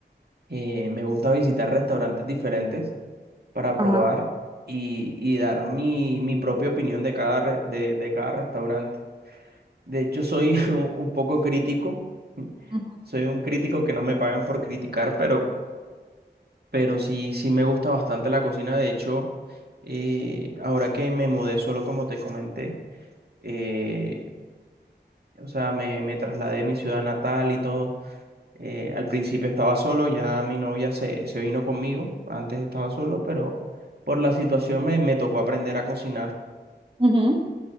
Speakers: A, on the right (about 65°); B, on the right (about 30°).
A: Eh, me gusta visitar restaurantes diferentes para
B: Ajá.
A: probar y, y dar mi, mi propia opinión de cada, re- de, de cada restaurante. De hecho, soy <laughs> un un poco crítico.
B: ujú,
A: Soy un crítico que no me pagan por criticar, pero, pero sí, sí me gusta bastante la cocina. De hecho, eh, ahora que me mudé solo, como te comenté, eh, o sea, me, me trasladé a mi ciudad natal y todo. Eh, al principio estaba solo, ya mi novia se, se vino conmigo, antes estaba solo, pero por la situación me, me tocó aprender a cocinar
B: ujú.